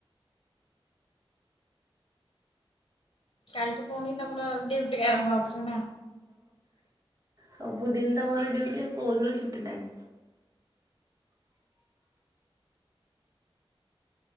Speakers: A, on the left (about 75°); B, on the right (about 40°).
A: କାଲିଠୁ ପୁଣି ତମର ଡିଉଟି ଆରମ୍ଭ ହଉଚି ନା।
B: ସବୁଦିନି ତ ମୋର ଡ୍ୟୁଟି ଆଉ କୋଉଦିନ ଛୁଟିନାଇଁ।